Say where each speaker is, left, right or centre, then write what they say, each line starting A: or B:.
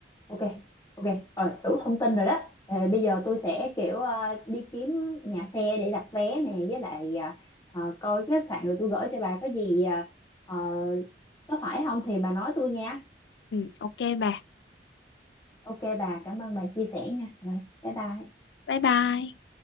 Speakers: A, on the left (about 20°); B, on the left (about 75°).
A: ok ok rồi đủ thông tin rồi đó Ờ, bây giờ tôi sẽ kiểu à, đi kiếm nhà xe để đặt vé nè với lại à, ờ, coi cái khách sạn rồi tôi gửi cho bà có gì à, ờ, có phải không thì bà nói tôi nha
B: ừ, ok bà
A: ok bà cảm ơn bà chia sẻ nha rồi bye bye
B: bye bye